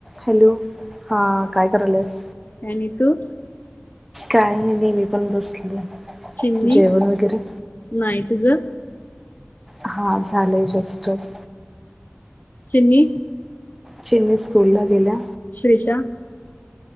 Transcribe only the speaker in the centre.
हॅलो हा काय कराल्यास?
हो मी पण बसलोयं
जेवण वगैरे
हा झालंय जस्टचं.
चिनी स्कूल ला गेल्या.